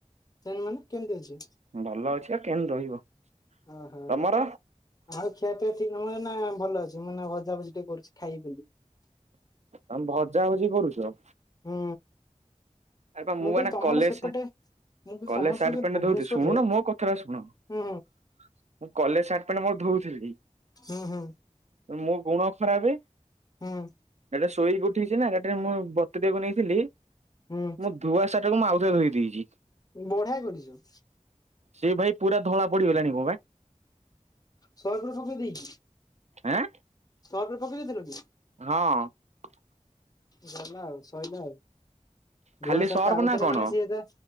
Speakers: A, on the left (about 30°); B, on the right (about 60°).
A: ସେ ମାନେ କେମିତି ଅଛି?
B: ଭଲ ଅଛି ଆଉ କେମତି ରହିବ।
A: ଓହୋ
B: ତମର
A: ଆଉ ଖିଆପିଆ ମୁଁ ନା ଭଲ ଅଛି। ମୁଁ ନା ଭଜାଭଜି ଟିକେ କରୁଛି ଖାଇବି ବୋଲି।
B: ତମେ ଭଜାଭଜି କରୁଛ?
A: ହୁଁ।
B: ଆରେ ମୁଁ
A: କହିଲି
B: ଏଇନା
A: ତମର
B: କଲେଜ
A: ସେପଟେ
B: ସାର୍ଟ
A: ମୁଁ କହିଲି
B: କଲେଜ
A: ତମର
B: ସାର୍ଟ
A: ସେପଟେ
B: ପେଣ୍ଟ
A: ଭୁବନେଶ୍ଵରରେ
B: ଧୋଉଛି ଶୁଣୁନ ମୋ କଥାଟା ଶୁଣ। ମୁଁ
A: ହୁଁ
B: କଲେଜ ସାର୍ଟ ପ୍ୟାଣ୍ଟ ମୋର ଧଉଥିଲି।
A: ହୁଁ ହୁଁ।
B: ମୋ ଗୁଣ ଖରାପେ
A: ହୁଁ
B: ଇନା ଶୋଇକି ଉଠିଲି ସିନା ଏଟା ମୁ ବତୁରେଇବାକୁ ନେଇଥିଲି।
A: ହୁଁ
B: ମୋ ଧୁଆ ସାର୍ଟ ଟାକୁ ମୁଁ ଆଉଥରେ ଧୋଇ ଦେଇଛି।
A: ବଢିଆ କରିଛ।
B: ସେଇ ଭାଇ ପୁରା ଧଳା ପଡିଗଲାଣି କଣ ପା
A: ସର୍ଫ ପକେଇ ଦେଇିକି
B: ଆଁ?
A: ସର୍ଫ ରେ ପକେଇ ଦେଇଥିଲ କି?
B: ହଁ।
A: ଗଲା ଆଉ ସଇଲା ଆଉ।
B: ଖାଲି
A: ଧୁଆ ସାର୍ଟଟା
B: ସର୍ପ
A: ଆଉ
B: ନା
A: ଥରେ
B: କଣ?
A: ମାନେ ସିଏ